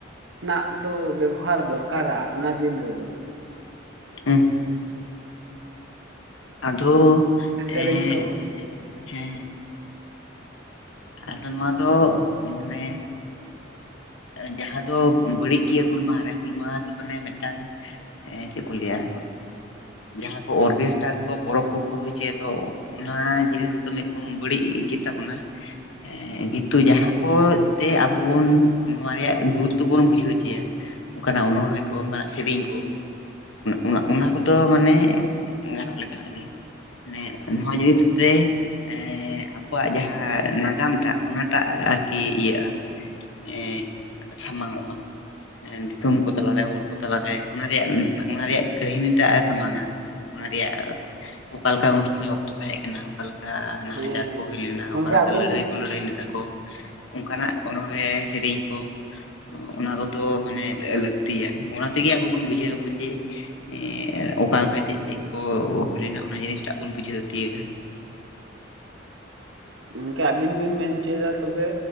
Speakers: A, on the right; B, on the left.
A: ᱱᱟᱜ ᱫᱚ ᱵᱮᱵᱚᱦᱟᱨ ᱫᱚᱨᱠᱟᱨᱟ ᱚᱱᱟ ᱫᱤᱱ ᱨᱮᱫᱚ᱾
B: ᱦᱩᱸ ᱟᱫᱚ
A: ᱥᱮ ᱥᱮᱨᱮᱧ
B: ᱮᱸᱜ
A: ᱠᱚ
B: ᱦᱮᱸ ᱟᱫᱚ ᱱᱚᱣᱟ ᱫᱚ ᱢᱟᱱᱮ ᱡᱟᱦᱟᱸ ᱫᱚ ᱵᱟᱹᱲᱤᱡ ᱜᱮᱭᱟ ᱦᱩᱞ ᱢᱟᱦᱟ ᱨᱮ ᱦᱩᱞ ᱢᱟᱦᱟ ᱫᱚ ᱢᱟᱱᱮ ᱢᱮᱫ ᱴᱟᱝ ᱮᱸ ᱪᱮᱫ ᱠᱚ ᱞᱟᱹᱭᱟ᱾ ᱡᱟᱦᱟᱸ ᱠᱚ ᱚᱨᱜᱮᱥ ᱴᱟᱨ ᱠᱚ ᱯᱚᱨᱚᱵᱽ ᱠᱚ ᱠᱚ ᱦᱳᱭ ᱦᱚᱪᱚ ᱭᱟ ᱠᱚ ᱚᱱᱮ ᱚᱱᱟ ᱡᱤᱱᱤᱥ ᱠᱚ ᱢᱤᱫ ᱨᱚᱠᱚᱢ ᱵᱟᱹᱲᱤᱡ ᱜᱮᱛᱟ ᱵᱚᱱᱟ ᱮ ᱠᱤᱱᱛᱩ ᱡᱟᱦᱟᱸ ᱠᱚ ᱛᱮ ᱟᱵᱚ ᱵᱚᱱ ᱱᱚᱣᱟ ᱨᱮᱭᱟᱜ ᱜᱩᱨᱩᱛᱛᱚ ᱵᱚᱱ ᱵᱩᱡᱷᱟᱹᱣ ᱦᱚᱪᱚᱭᱟ᱾ ᱚᱱᱠᱟ ᱱᱟᱜ ᱚᱱᱚᱬᱦᱮ ᱠᱚ ᱚᱱᱠᱟ ᱱᱟᱜ ᱥᱮᱨᱮᱧ ᱠᱚ᱾ ᱚᱱᱟ ᱚᱱᱟ ᱠᱚᱫᱚ ᱢᱟᱱᱮ ᱜᱟᱱᱚᱜ ᱞᱮᱠᱟ ᱱᱟᱜ ᱜᱮ᱾ ᱢᱟᱱᱮ ᱱᱚᱣᱟ ᱡᱤᱱᱤᱥ ᱛᱮ ᱮ ᱟᱠᱚᱣᱟᱜ ᱡᱟᱦᱟᱸ ᱱᱟᱜᱟᱢ ᱴᱟᱜ ᱚᱱᱟ ᱴᱟᱜ ᱟᱨᱠᱤ ᱤᱭᱟᱹᱜ-ᱟ ᱥᱟᱢᱟᱝ ᱚᱜ-ᱟ᱾ ᱫᱤᱥᱚᱢ ᱠᱚ ᱛᱟᱞᱟ ᱨᱮ ᱦᱚᱲ ᱠᱚ ᱛᱟᱞᱟ ᱨᱮ ᱚᱱᱟ ᱨᱮᱭᱟᱜ ᱚᱱᱟ ᱨᱮᱭᱟᱜ ᱠᱟᱹᱦᱤᱱᱤ ᱴᱟᱜ ᱮ ᱥᱟᱢᱟᱝ-ᱟ᱾ ᱚᱱᱟ ᱨᱮᱭᱟᱜ ᱚᱠᱟ ᱞᱮᱠᱟ ᱩᱱ ᱥᱚᱢᱚᱭ ᱚᱠᱛᱚ ᱛᱟᱦᱮᱸ ᱠᱟᱱᱟ ᱚᱠᱟ ᱞᱮᱠᱟ ᱮ ᱱᱟᱦᱟᱪᱟᱨ
A: ᱦᱮᱸ ᱦᱮᱸ
B: ᱠᱚ ᱦᱩᱭ ᱞᱮᱱᱟ
A: ᱜᱚᱝᱠᱮ
B: ᱚᱠᱟ ᱚᱠᱟᱨᱮ
A: ᱟᱹᱵᱤᱱ
B: ᱠᱚ ᱞᱟᱹᱲᱦᱟᱹᱭ ᱞᱮᱫᱟ ᱠᱚ ᱚᱱᱠᱟ ᱱᱟᱜ ᱚᱱᱚᱬᱦᱮ, ᱥᱮᱨᱮᱧ ᱠᱚ ᱚᱱᱟ ᱠᱚᱫᱚ ᱢᱟᱱᱮ ᱞᱟᱹᱠᱛᱤᱭᱟ ᱚᱱᱟ ᱛᱮ ᱜᱮ ᱟᱵᱚ ᱵᱚᱱ ᱵᱩᱡᱷᱟᱹ ᱟᱵᱚᱱ ᱡᱮ ᱮ ᱚᱠᱟ ᱚᱠᱟ ᱪᱮᱫ ᱪᱮᱫ ᱠᱚ ᱦᱩᱭ ᱞᱮᱱᱟ ᱚᱱᱟ ᱡᱤᱱᱤᱥ ᱴᱟᱜ ᱵᱚᱱ ᱵᱩᱡᱷᱟᱹᱣ ᱛᱤᱭᱳᱜ-ᱟ᱾
A: ᱜᱚᱝᱠᱮ ᱟᱵᱤᱱ ᱵᱤᱱ ᱢᱮᱱ ᱦᱚᱪᱚᱭ ᱫᱟ ᱛᱚᱵᱮ